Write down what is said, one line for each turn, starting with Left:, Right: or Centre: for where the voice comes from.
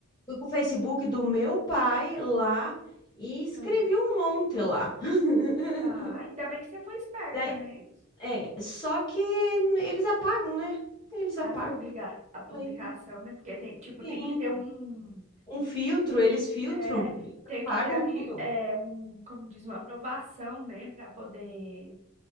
Left: Fui com o Facebook do meu pai lá e escrevi
Right: aham.
Left: um monte lá. <laughs>
Right: Ah, ainda bem que você foi esperta,
Left: Daí-
Right: né?
Left: é, só que eles apagam, né? Eles
Right: As
Left: apagam.
Right: publica a publicação,
Left: Aí,
Right: né? Porque tem, tipo,
Left: sim.
Right: tem que ter um.
Left: Um filtro, eles filtram
Right: É,
Left: e
Right: tem
Left: apagam
Right: que ter ali,
Left: tudo.
Right: é, um, como diz, uma aprovação, né? Para poder.